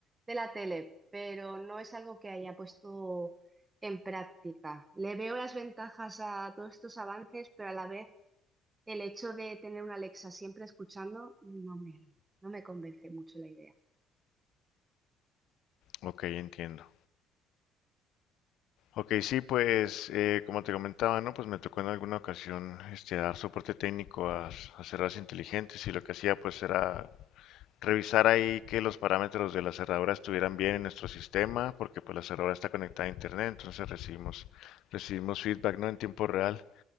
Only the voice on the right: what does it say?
de la tele, pero no es algo que haya puesto en práctica. Le veo las ventajas a todos estos avances, pero a la vez El hecho de tener una Alexa siempre escuchando no me, no me convence mucho la idea.